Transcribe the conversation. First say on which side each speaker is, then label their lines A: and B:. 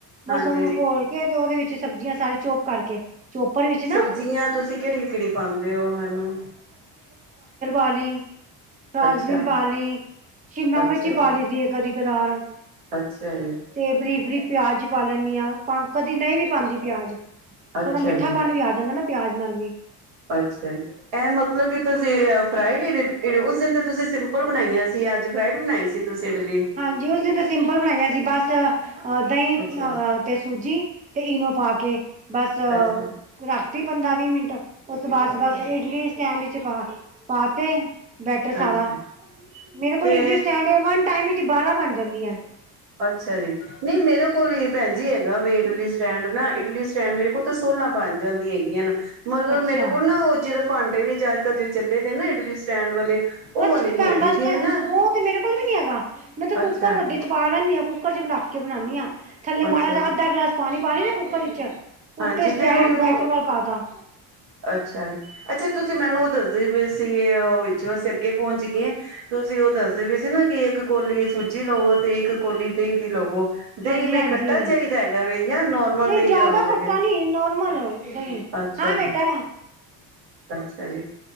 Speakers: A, on the right; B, on the right.
A: ਬਸ
B: ਹਾਂਜੀ।
A: ਉਹਨੂੰ ਘੋਲ ਕੇ ਤੇ ਉਹਦੇ ਵਿੱਚ ਸਬਜ਼ੀਆਂ ਸਾਰੀ ਚੋਪ ਕਰਕੇ ਚੋਪਰ ਵਿੱਚ ਨਾ
B: ਸਬਜ਼ੀਆਂ ਤੁਸੀਂ ਕਿਹੜੀ-ਕਿਹੜੀ ਪਾਉਂਦੇ ਹੋ? ਮੈਨੂੰ
A: ਖਾਲੀ ਫਰਾਸਬੀਨ
B: ਅੱਛਾ,
A: ਪਾ ਲਈ, ਸ਼ਿਮਲਾ
B: ਅੱਛਾ
A: ਮਿਰਚੀ
B: ਜੀ,
A: ਪਾ ਲਈ ਦੀ ਕਦੀ ਕਦਾਰ
B: ਅੱਛਾ ਜੀ,
A: ਤੇ ਬਰੀਕ ਬਰੀਕ ਪਿਆਜ ਪਾ ਲੈਂਨੀ ਹਾਂ, ਕਦੀ ਨਹੀਂ ਵੀ ਪਾਉਂਦੀ ਪਿਆਜ।
B: ਅੱਛਾ
A: ਥੋੜਾ ਮਿੱਠਾ
B: ਜੀ,
A: ਪਾਣੀ ਵੀ ਆ ਜਾਂਦਾ ਨਾ ਪਿਆਜ ਨਾਲ ਵੀ।
B: ਅੱਛਾ ਜੀ, ਇਹ ਮਤਲਬ ਕਿ ਤੁਸੀ ਅ ਫਰਾਈਡ ਇਡਲੀ। ਉਸ ਦਿਨ ਤੇ ਤੁਸੀਂ ਸਿੰਪਲ ਬਣਾਈਆਂ ਸੀ, ਅੱਜ ਫਰਾਈਡ ਬਣਾਈ ਸੀ? ਤੁਸੀਂ ਇਡਲੀ
A: ਹਾਂਜੀ ਉਸ ਦਿਨ ਤੇ ਸਿੰਪਲ ਬਣਾਈਆ ਸੀ, ਬਸ ਅ ਦਹੀਂ ਅ
B: ਅੱਛਾ,
A: ਤੇ ਸੂਜੀ। ਤੇ ਇਨੋ ਪਾ ਕੇ। ਬਸ,
B: ਅੱਛਾ।
A: ਰੱਖ ਪੰਦਰਾਂ ਵੀਹ ਮਿੰਟ, ਉਸਤੋਂ ਬਾਅਦ ਬਸ-ਬਸ ਇਡਲੀ ਸਟੈਂਡ ਵਿੱਚ ਪਾ ਪਾ ਤੇ। ਬੈਟਰ ਸਾਰਾ।
B: ਅੱਛਾ,
A: ਮੇਰੇ ਕੋਲ
B: ਤੇ
A: ਇਡਲੀ ਸਟੈਂਡ ਏ, ਵਨ ਟਾਈਮ ਚ ਚ ਬਾਰਾਂ ਬਣ ਜਾਂਦੀਆਂ।
B: ਅੱਛਾ ਜੀ, ਨਹੀਂ ਮੇਰੇ ਕੋਲ ਹੀ ਭੈਣ ਜੀ ਹੈਗਾ ਵੇ ਇਡਲੀ ਸਟੈਂਡ ਨਾ ਇਡਲੀ ਸਟੈਂਡ। ਮੇਰੇ ਕੋਲ ਤਾਂ ਸੋਲਾਂ ਬਣ ਜਾਂਦੀਆਂ ਹੈਗੀਆਂ ਨ। ਮਗਰ
A: ਅੱਛਾ
B: ਮੇਰੇ ਕੋਲ ਨਾ ਉਹ ਜਿੜ ਭਾਂਡੇ ਵੀ ਜੇ ਅੱਜ ਕੱਲ ਜੇ ਚੱਲੇ ਦੇ ਨਾ ਇਡਲੀ ਸਟੈਂਡ ਵਾਲੇ, ਉਹ
A: ਬਸ
B: ਵਾਲੇ ਨੀ
A: ਢੰਗ
B: ਹੈਗੇ
A: ਦਾ
B: ਫਿਰ
A: ਸਟੈਂਡ,
B: ਨਾ
A: ਉਹ ਤੇ ਮੇਰੇ ਕੋਲ ਵੀ ਨੀ ਹੈਗਾ। ਮੈਂ ਤੇ
B: ਅੱਛਾ
A: ਕੁੱਕਰ ਵੱਡੇ
B: ਜੀ,
A: ਚ ਪਾ ਲੈਂਦੀ ਆ, ਕੁ ਕੁੱਕਰ ' ਚ ਰੱਖ ਕੇ ਬਨਾਨੀ ਹਾਂ ਥੱਲੇ
B: ਅੱਛਾ
A: ਮਾੜਾ ਜਿਹਾ,
B: ਜੀ
A: ਅੱਧਾ ਗਲਾਸ ਪਾਣੀ ਪਾਣੀ ਦੇ ਕੁੱਕਰ 'ਚ
B: ਹਾਂਜੀ
A: ਉੱਥੇ ਸਟੈਂਡ
B: ਫਿਰ ਉਹਨੂੰ
A: ਬੈਟਰ ਵੱਲ ਪਾ ਤਾ।
B: ਅੱਛਾ ਜੀ, ਅੱਛਾ ਤੁਸੀਂ ਮੈਨੂੰ ਉਹ ਦੱਸ ਦੱਸਦੇ ਪਏ ਸੀ, ਉਹ ਵਿੱਚੋਂ ਅਸੀਂ ਅੱਗੇ ਪਹੁੰਚ ਗਏ, ਤੁਸੀਂ ਉਹ ਦੱਸਦੇ ਪਏ ਸੀ ਨਾ ਕਿ ਇੱਕ ਕੋੌਲੀ ਸੂਜੀ ਲਵੋ ਤੇ ਇੱਕ ਕੋੌਲੀ ਦਹੀਂ ਦੀ ਲਵੋ ਦਹੀਂ
A: ਹਾਂਜੀ
B: ਬਈ
A: ਹਾਂਜੀ
B: ਖੱਟਾ ਚਾਹੀਦਾ ਹੈਗਾ ਵੇ ਜਾਂ ਨੋਰਮਲ
A: ਨਹੀਂ
B: ਦਹੀਂ
A: ਜ਼ਿਆਦਾ
B: ਜਿਹੜਾ ਹੁੰਦਾ ਹੈਗਾ?
A: ਖੱਟਾ ਨੀ ਨੋਰਮਲ ਨਹੀਂ
B: ਅੱਛਾ
A: ਹਾਂ
B: ਜੀ।
A: ਬੇਟਾ
B: ਅੱਛਾ, ਹਾਂਜੀ,